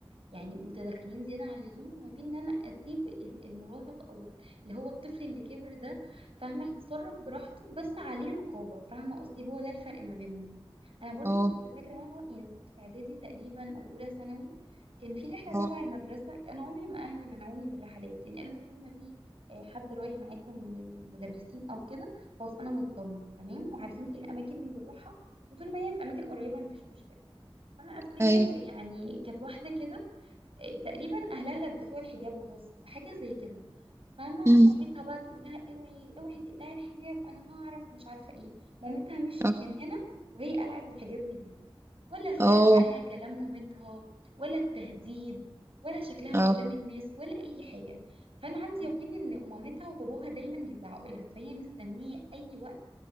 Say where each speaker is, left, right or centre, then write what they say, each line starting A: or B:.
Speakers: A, on the right; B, on the right.
A: يعني متدخلين زيادة عن اللزوم وما بين ان انا اسيب ال- المراهق او ال- اللي هو الطفل اللي كبر ده فاهمة يتصرف براحته بس عليه رقابة فاهمة قصدي هو ده الفرق ما بينهم انا برضو
B: اه
A: كنت فاكرة وانا يعني كنت في اعدادي تقريبا او اولى ثانوي كان في رحلة
B: اه
A: تبع المدرسة انا عمري ما اهلي منعوني من الرحلات يعني قالوا طول ما في آه، حد رايح معاكم من المدرسين او كده خلاص انا مطمن تمام وعارفين ايه الاماكن اللي بنروحها وطول ما هي في اماكن قريبه مفيش مشكله فانا افتكر
B: ايوه
A: يعني كانت واحده كده إيه، تقريبا اهلها لبسوها الحجاب غصب حاجه زي كده فاهمه
B: أمم،
A: ومامتها بقى تقول لها اوعي اوعي تقلعي الحجاب انا هعرف مش عارفه ايه مامتها مشيت
B: اه
A: من هنا وهي قلعت الحجاب من هنا ولا فرق
B: اه
A: معاها كلام مامتها ولا التهديد ولا شكلها
B: اه
A: قدام الناس ولا اي حاجه فانا عندي يقين ان مامتها وباباها دايما بيزعقوا لها فهي مستنيه اي وقت